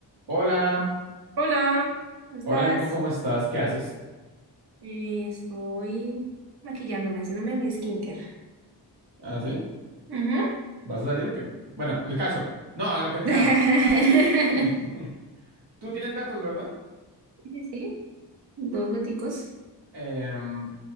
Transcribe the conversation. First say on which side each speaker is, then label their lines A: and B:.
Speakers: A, on the right; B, on the right.
A: Hola,
B: Hola, ¿cómo estás?
A: hola Nico, ¿cómo estás? ¿Qué haces?
B: Eh, estoy maquillándome, haciéndome mi skincare.
A: ¿Ah, sí?
B: Ujú.
A: ¿Vas a salir o qué? Bueno, el caso. No, a lo que te
B: <laughs>
A: llamo. <laughs> Tú tienes gatos, ¿verdad?
B: Sí, sí, sí, dos gaticos.
A: Em,